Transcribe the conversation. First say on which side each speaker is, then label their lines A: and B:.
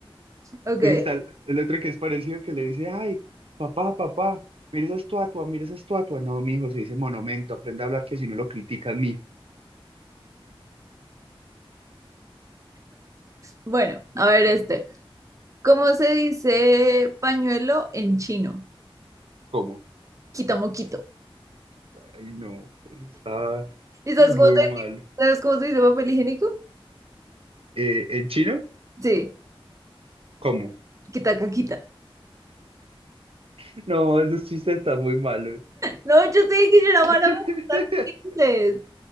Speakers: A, on the right (about 35°); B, on the right (about 75°).
A: Ok.
B: Y está el el otro que es parecido que le dice, ay, papá, papá, mira esa estatua, mira esa estatua. No, mi hijo, se dice monumento, aprende a hablar que si no lo critica a mí.
A: Bueno, a ver este. ¿Cómo se dice pañuelo en chino?
B: ¿Cómo?
A: Quita moquito.
B: Ay, no, eso está
A: ¿Y sabes
B: eh, muy
A: cómo se
B: mal.
A: dice, sabes cómo se dice papel higiénico?
B: Eh, ¿en chino?
A: Sí,
B: ¿Cómo?
A: quita caquita.
B: <laughs> No, esos chistes están muy malos.
A: No, yo sé que yo era mala
B: <laughs>
A: para inglés.